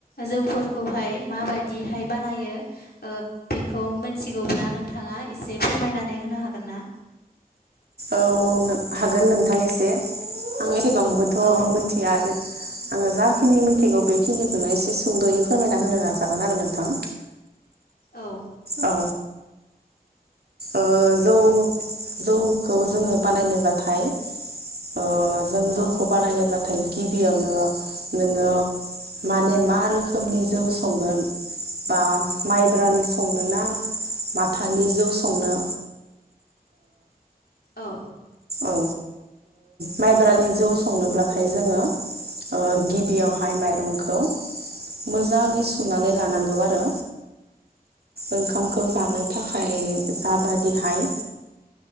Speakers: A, on the left; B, on the right.
A: जौफोरखौहाय माबाददिहाय बानायो ओ बेखौ मोनथिगौब्ला नोंथाङा एसे फोरमायनानै होनो हागोन ना?
B: औ औ हागोन नोंथां एसे। आं एसेबांबोथ'
A: औ
B: मिथिया आङो जाखिनि मिथिगौ बेखिनिखौनो एसे सुंद'यै फोरमायना होनो नाजागोन आरो नोंथां।
A: औ।
B: औ। ओ जौ-जौखौ जोङो बानायनोब्लाथाय ओ जों जौखौ
A: औ
B: बानायनोब्लाथाय गिबियावनो नोङो माने मा रोखोमनि जौ संगोन बा माइब्रानि संनोना माथानि जौ संनो
A: औ।
B: औ, माइब्रानि जौ संनोब्लाथाय जोङो ओ गिबियावहाय माइरंखौ मोजाङै सुनानै लानांगौ आरो। ओंखामखौ जानो थाखाय जाबादिहाय